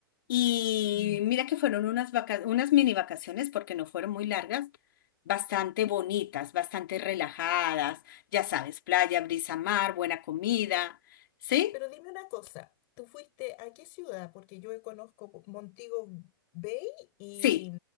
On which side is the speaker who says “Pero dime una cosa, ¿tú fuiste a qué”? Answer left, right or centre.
Left